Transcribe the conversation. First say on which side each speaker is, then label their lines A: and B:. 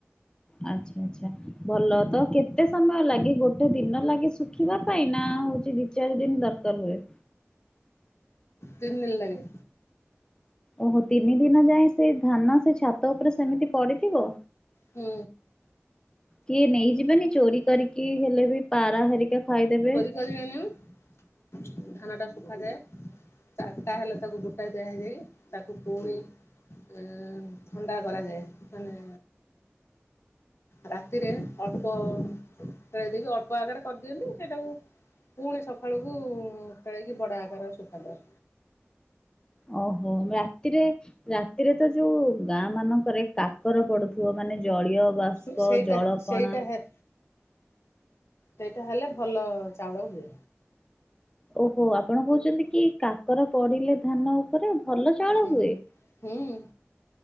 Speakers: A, on the left; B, on the left.
A: ଆଚ୍ଛା ଆଚ୍ଛା ଭଲ ତକେତେ ସମୟ ଲାଗେ ଗୋ ଗୋଟେ ଦିନ ଲାଗେ ଶୁଖିବା ପାଇଁ ନାହଉଚି ଦି ଚାରି ଦିନ୍ ଦରକାର୍ ହୁଏ?
B: ତିନିଦିନି ଲାଗେ।
A: ଓହୋ ତିନି ଦିନ ଯାଏ ସେଧାନ ସେଛାତ ଉପରେ ସେମିତି ପଡ଼ିଥିବ?
B: ହୁଁ।
A: କିଏ ନେଇଯିବେନି ଚୋରି କରିକି ହେଲେବି ପାରା ହରିକା ଖାଇଦେବେ?
B: <unintelligible> ଧାନଟା ଶୁଖାଯାଏ। ଚାରିଟା ହେଲେ ତାକୁ ଗୋଟା ଦଆଯାଇ ତାକୁ ପୁଣି ଆ ଥଣ୍ଡା କରାଯାଏ ମାନେ ରାତିରେ ଅଳ୍ପ ଖେଳେଇ ଦେଇକି ଅଳ୍ପ ଆଗରେ କରିଦିଅନ୍ତି ସେଇଟାକୁ ପୁଣି ସକାଳକୁ ଖେଳେଇକି ବଡ଼ ଆକାରରେ ସୁଖାଯାଏ
A: ଓହୋ ରାତିରେ ରାତିରେତ ଯୋଉ ଗାଁ ମାନଙ୍କରେ କାକର ପଡ଼ୁଥିବ ମାନେ ଜଳୀୟ ବାଷ୍ପ
B: ସେ ସେଇଟା
A: ଜଳ
B: ସେଇଟା
A: କଣା
B: ହେ ସେଇଟା ହେଲେ ଭଲ ଚାଉଳ ହୁଏ।
A: ଓହୋ ଆପଣ କହୁଚନ୍ତିକି କାକର ପଡ଼ିଲେ ଧାନ ଉପରେ ଭଲ ଚାଉଳ
B: ହୁଁ
A: ହୁଏ।
B: ହୁଁ।